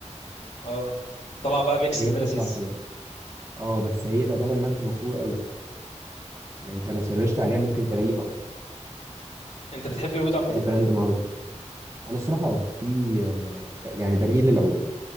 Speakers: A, on the left (about 70°); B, on the right (about 25°).
A: اه طلع بقى ميكس
B: هي
A: كده
B: بتطلع
A: لذيذ
B: كده اه بس هي تعتبر ماركه مشهوره قوي يعني انت لو سرشت عليها ممكن تلاقيها اصلا
A: انت بتحب اليهود
B: هتلاقي
A: عامه
B: البراند معروف انا الصراحه اه في آه، ب- يعني بميل للعود